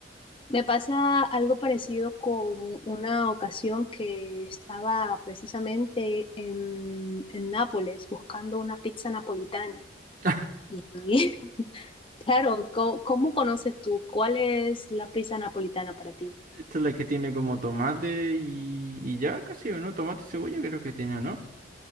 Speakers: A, on the left (about 25°); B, on the right (about 45°).
A: me pasa algo parecido con una ocasión que estaba precisamente en, en Nápoles buscando una pizza napolitana.
B: <laughs>
A: Y <laughs> claro, co- ¿cómo conoces tú? ¿Cuál es la pizza napolitana para ti?
B: Esta es la que tiene como tomate y, y ya casi, ¿o no? Tomate y cebolla creo que tiene, ¿o no?